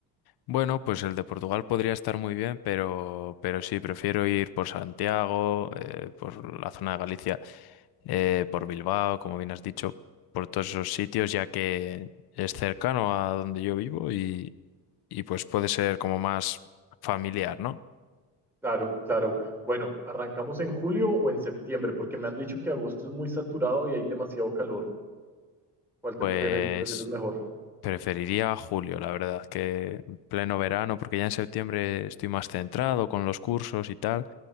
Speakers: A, on the left; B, in the centre.
A: Bueno, pues el de Portugal podría estar muy bien, pero, pero sí, prefiero ir por Santiago, eh, por la zona de Galicia, eh, por Bilbao, como bien has dicho, por todos esos sitios, ya que es cercano a donde yo vivo y, y pues puede ser como más familiar, ¿no?
B: Claro, claro. Bueno, ¿arrancamos en julio o en septiembre? Porque me han dicho que agosto es muy saturado y hay demasiado calor. ¿Cuál te
A: Pues.
B: prefiere- prefieres mejor?
A: Preferiría julio, la verdad, que pleno verano, porque ya en septiembre estoy más centrado con los cursos y tal,